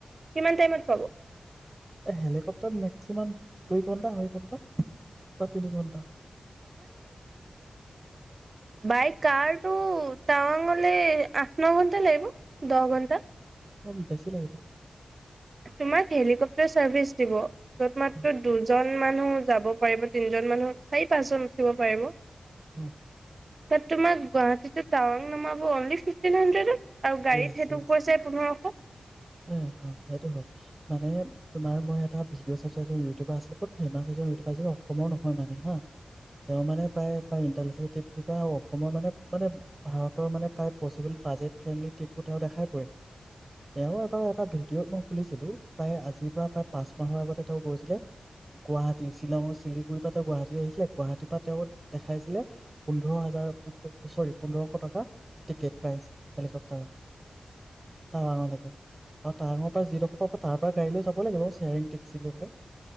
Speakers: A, on the right; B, on the right.
A: কিমান টাইমত হাব
B: এই হেলিকপ্্তাৰ মেক্সিমাম দুই ঘন্টা দুই ঘণ্টা বা তিনি ঘণ্টা
A: বাইক কাৰটো তাৱাংঙলে আঠ ন ঘণ্টা লাগিব দহ ঘণ্টা
B: অম বেছি লাগিব
A: তোমাক হেলিকপটাৰ চাৰ্ভিচ দিব য'ত মাত্ৰ
B: অ
A: দুজন মানুহ যাব পাৰিব তিনজন মানুহ চাৰি পাঁচজন উঠিব পাৰিব
B: হম
A: ত তোমাক গুৱাহাটীত টাউন নাব অি ফিফটিন হণ্ড্ৰেড আৰু গাড়ীত
B: য়েছ
A: সেইটো
B: য়েছ
A: কৈছে পোন্ধৰশ
B: অ অ সেইটো হয় মানে তুমাৰ মই এটা ভিডিঅ' চাই চাই আছো ইউটিউব ত ফেমাছছে এইটোি অসমৰ নহয় মানে হা তেওঁ মানে প্ৰায় প্ৰায় ইণ্টষ্ট ঠিক কপা হ' অসমৰ মানে মানে ভাৰতৰ মানে প্ৰায় পচিবল বাজেট ট্ৰিপো তেওঁ দেখাই পৰে তেওঁ এটা ভিডিঅ' মই খুনিছিলো প্ৰায় আজিৰ পৰা প্ৰায় পাঁচ মাহৰ আগতে তেওঁ গৈছিলে গুৱাহাটী শ্বিলঙৰ শিলিগুৰিৰ পৰা তেওঁ গুৱাহাটী আহিছিলে গুৱাহাটীৰ পৰা তেওঁ দেখাইছিলে পোন্ধৰ হাজাৰ প চৰি পোন্ধৰশ টকা টিকেট প্ৰাইচ হেলিকপ্টাৰৰ টাৱাঙলৈকে আৰু টাৱঙৰ পৰা যিডোখৰ পাব তাৰ পৰা গাড়ী লৈ যাব লাগিব শ্বেয়াৰিং টেক্সি লৈ বোলে